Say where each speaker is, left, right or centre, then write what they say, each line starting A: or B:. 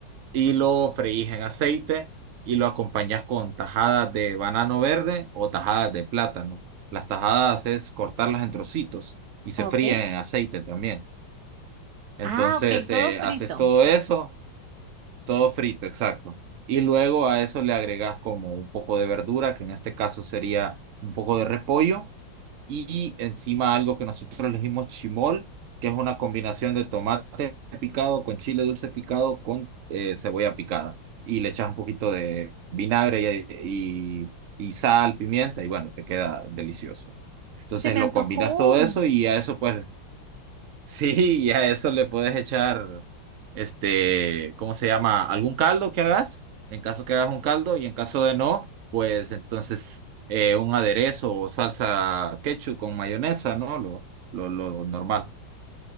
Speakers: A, on the right; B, on the right.
A: y lo freís en aceite y lo acompañas con tajadas de banano verde o tajadas de plátano. Las tajadas es cortarlas en trocitos y se
B: Ah,
A: fríen
B: ok.
A: en aceite también. Entonces,
B: Ah, ok, todo
A: eh,
B: frito.
A: haces todo eso, todo frito, exacto. Y luego a eso le agregas como un poco de verdura, que en este caso sería un poco de repollo y encima algo que nosotros elegimos chimol, que es una combinación de tomate picado con chile dulce picado con eh, cebolla picada. Y le echas un poquito de vinagre y, y y sal, pimienta, y bueno, te queda delicioso. Entonces
B: Se me
A: lo
B: antojó.
A: combinas todo eso y a eso pues Sí, y a eso le puedes echar, este, ¿cómo se llama? ¿Algún caldo que hagas? En caso que hagas un caldo y en caso de no, pues entonces eh, un aderezo o salsa ketchup con mayonesa, ¿no? Lo, lo, lo normal.